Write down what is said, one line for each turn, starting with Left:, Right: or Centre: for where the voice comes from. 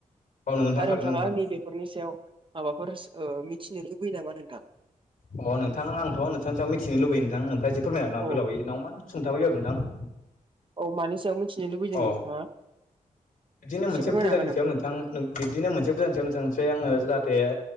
Left: औ नंगौ नोंथां
Right: दा
Left: थारैनो
Right: नोंथाङा
Left: नोंथां
Right: आंनि बेेफोरनि सायाव माबाफोर मिथिनो लुबैयो नामा नोंथां?
Left: अह नोंथां आंथ' नोंथां सायाव मिथिनो लुबैयो नोंथां नोंथाङा एसे फोरमायनो हागोन
Right: औ
Left: गोलावै बा सुथाबै नोंथां <inaudible>
Right: औ मानि सायाव मिथिनो लुबैदों
Left: अ
Right: नोंथाङा?
Left: बिदिनो
Right: एसे
Left: मोनसे
Right: फोरमायनो
Left: फुजानि
Right: हागोन नोंथां
Left: सायाव नथां बिदिनो मोनसे फुजानि सायाव नों थांसै आङो जाहाथे